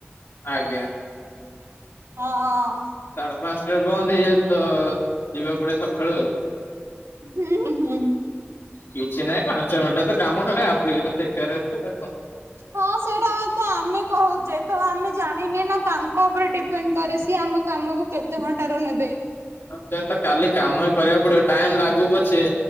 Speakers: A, on the left; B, on the right.
A: ଆଜ୍ଞା।
B: ହ ହ।
A: ସାଢ଼େ ପାଁଶଟାରେ ବନ୍ଦ ହେଇଯାଉଚି ତ ଯିବାକୁ ପଡ଼ିବ ସଖାଳୁ ଆଉ।
B: ଉଁ ହୁଁ ହୁଁ।
A: କିଛି ନାହିଁ ପାଞ୍ଚ ମିଣ୍ଟିର ତ କାମ ଖାଲି ଆପ୍ଲିକେସନ୍ ଦେଖେଇବାର ଅଛି ଆଉ କଁ?
B: ହଁ, ସେଇଟା ତ ଆମେ କହୁଚେ ତ ଆମେ ଜାଣିନେ ନାଁ ତାଙ୍କ ଓପରେ ଡିପେଣ୍ଡ୍ କରେ ସିଏ ଆମ କାମକୁ କେତେ ଘଣ୍ଟାରୁ ନେବେ।
A: ହଁ ସେ ତ କାଲି କାମ ହିଁ କରିବାକୁ ପଡ଼ିବ ଟାଇମ୍ ଲାଗୁ ପଛେ।